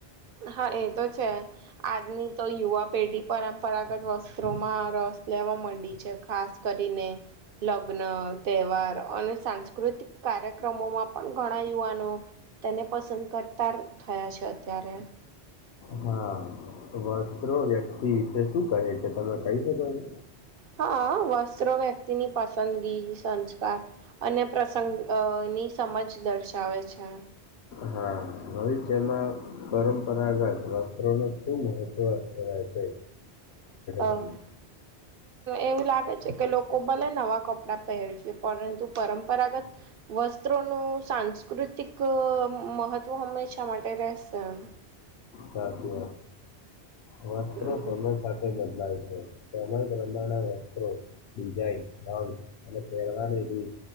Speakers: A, on the right (about 60°); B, on the left (about 75°).
A: હા એ તો છે આજની તો યુવા પેઢી પરંપરાગત વસ્ત્રોમાં રસ લેવા માંડી છે ખાસ કરીને લગ્ન તહેવાર અને સાંસ્કૃતિક કાર્યક્રમોમાં પણ ઘણા યુવાનો તેને પસંદ કરતા થયા છે અત્યારે
B: હા વસ્ત્રો વ્યક્તિ વિશે શું કહે છે તમે કહી શકો છો
A: હા વસ્ત્રો વ્યક્તિની પસંદગી સંસ્કાર અને પ્રસંગની સમજ દર્શાવે છે
B: હા હોવે છે એમાં પરંપરાગત વસ્ત્રોને ખૂબ મહત્વ રહેાય છે.
A: હ હમ્મ
B: તમને
A: એવું લાગે છે. કે લોકો ભલે નવા કપડા પહેર છે પરંતુ પરંપરાગત વસ્ત્રોનું સા સાંસ્કૃતિક મહત્ત્વ હંમેશા માટે રહેશે એમ
B: સાચી વાત મસ્ત્રો
A: હમ
B: સમય સાથે બદલાય છે. સમય પ્રમાના વસ્ત્રોિઝઇનઉ અને પરવાની રી